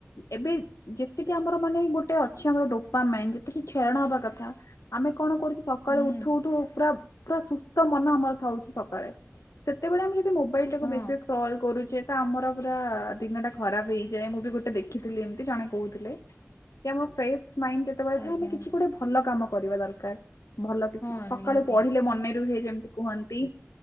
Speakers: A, on the left (about 80°); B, on the left (about 55°).
A: ଏବେ ଯେତିକି ଆମର ମାନେ ଗୋଟେ ଅଛି ଆମର ଡୋପା ମେନ୍ ଯେତିକି କ୍ଷରଣା ହବା କଥା ଆମେ କଣ କରୁଛୁ ସକାଳେ
B: ହୁଁ
A: ଉଠୁ ଉଠୁ ପୁରା ପୁରା ସୁସ୍ଥ ମନ ଆମର ଥାଉଛି ସକାଳେ। ସେତେବେଳେ ଆମେ ଯଦି ମୋବାଇଲ ଟାକୁ
B: ହଁ
A: ବିଶେଷ କଲ୍ କରୁଚେ ତ ଆମର ପୁରା ଦିନଟା ଖରାପ ହେଇଯାଏ ମୁଁ ବି ଗୋଟେ ଦେଖିଥିଲି ଏମତି ଜଣେ କହୁଥିଲେ। ଇଏ ଫ୍ରେଶ୍ ମାଇଣ୍ଡ୍ ସେତେବେଳେ
B: ଆଜ୍ଞା
A: ଆମେ କିଛି
B: ଆଜ୍ଞା
A: ଗୋଟେ ଭଲ କାମ କରିବା ଦରକାର, ଭଲ ଟି
B: ହଁ
A: ସକାଳୁ
B: ନିହାତି।
A: ପଢିଲେ ମନେ ରୁହେ ଯେମିତି କୁହନ୍ତି।